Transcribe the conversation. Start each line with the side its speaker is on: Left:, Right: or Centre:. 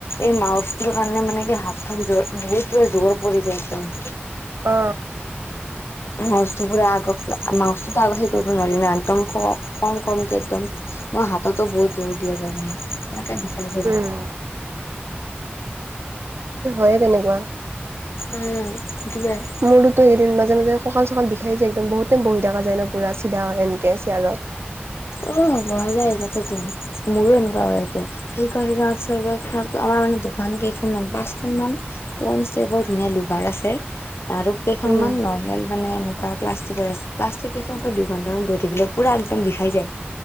Left: এই মাউচটোৰ কাৰণে মানে কি হাতখন দ বহুত পুৰা জোৰ পৰি যায় একদম।
Right: অ।
Left: মাউচটো পুৰা আগ মাউচটো তাপাছত কৰিব নোৱাৰি না একদম ক কম কমকে একদম মোৰ হাতটো বহুত জোৰ দিয়া যায় মানে
Right: উম। হয়ে তেনেকুৱা।
Left: উম দোৱাই।
Right: মোৰোটো এদিন মাজে মাজে কঁকাল চকাল বিষাই যায় একদম বহুত টাইম বহি থকা যায় ন পুৰা চিধা হৈ সেনকে চেয়াৰত।
Left: অ বহা যায় তাকেটো মোৰো এনেকুৱা হয় আতে। সেইকাৰণে আছগে। ৰৈ থাক? আমাৰ মানে, দোকান কেইখনমান, পাঁচখন মান পোন ষ্টেপৰ ধুনীয়া লোহাৰ আছে আৰু কেইখনমান
Right: উম,
Left: নৰ্মেল মানে, এনেকুৱা প্লাষ্টিকৰ <unintelligible> প্লাষ্টিক কেইখনতো দুঘন্টামান ধৰি থাকিলে পুৰা একদম বিষাই যায়!